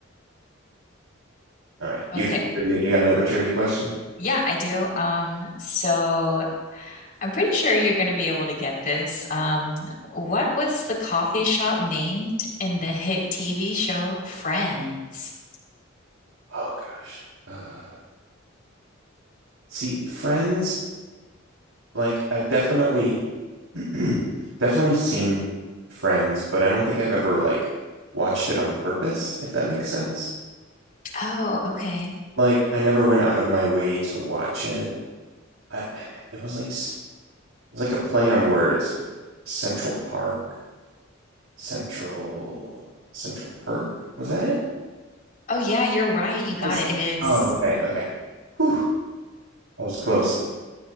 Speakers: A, on the right; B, on the left.
A: All right,
B: Okay.
A: you got a trivia- you got another trivia question?
B: Yeah, I do. Um, so I'm pretty sure you're gonna be able to get this. Um, what was the coffee shop named in the hit TV show Friends?
A: Oh gosh. Uh, See, Friends, like I've definitely <clears throat> definitely seen Friends, but I don't think I've ever like watched it on purpose, if that makes sense.
B: Oh, okay.
A: Like I never went out of my way to watch it. I it was like s- it was like a play on words. It was like Central Park, Central Central Perk? Was that it?
B: Oh yeah, you're right. You got
A: That Was it?
B: it. It is.
A: Oh, okay, okay. Whew, that was close. I